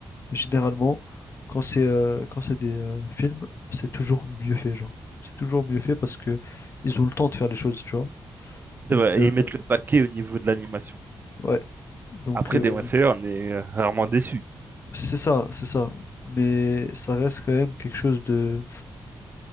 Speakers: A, on the left; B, on the right.
A: Mais Généralement, quand c'est euh, quand c'est des euh, films, c'est toujours mieux fait, genre. C'est toujours mieux fait parce que ils ont le temps de faire les choses, tu vois.
B: c'est
A: Donc
B: vrai.
A: euh,
B: Et ils mettent le paquet au niveau de l'animation.
A: ouais. Donc
B: Après,
A: euh,
B: Demon Slayer, on est euh, rarement déçu.
A: c'est ça, c'est ça. Mais ça reste quand même quelque chose de.